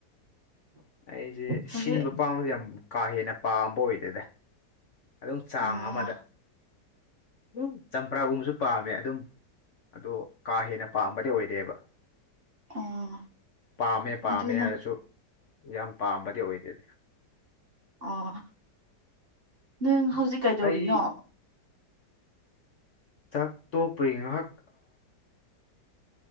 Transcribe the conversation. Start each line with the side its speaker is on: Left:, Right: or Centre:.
Left: ꯑꯩꯁꯦ
Right: ꯍꯧꯖꯤꯛ
Left: ꯁꯤꯟꯕ ꯄꯥꯝꯕꯁꯦ ꯌꯥꯝ ꯀꯥ ꯍꯦꯟꯅ ꯄꯥꯝꯕ ꯑꯣꯏꯗꯦꯗꯥ ꯑꯗꯨꯝ ꯆꯥꯡ
Right: ꯑꯣ
Left: ꯑꯃꯗ ꯎꯝ ꯆꯝꯄ꯭ꯔꯥꯒꯨꯝꯕꯁꯨ ꯄꯥꯝꯃꯦ ꯑꯗꯨꯝ ꯑꯗꯨ ꯀꯥ ꯍꯦꯟꯅ ꯄꯥꯝꯕꯗꯤ ꯑꯣꯏꯗꯦꯕ
Right: ꯑꯣ
Left: ꯄꯥꯝꯃꯦ ꯄꯥꯝꯃꯦ
Right: ꯑꯗꯨꯅ
Left: ꯍꯥꯏꯔꯁꯨ ꯌꯥꯝ ꯄꯥꯝꯕꯗꯤ ꯑꯣꯏꯗꯦꯗꯤ
Right: ꯑꯣ ꯅꯪ ꯍꯧꯖꯤꯛ ꯀꯩꯗꯧꯔꯤꯅꯣ
Left: ꯑꯩ ꯆꯥꯛ ꯇꯣꯛꯄꯩ ꯉꯍꯥꯛ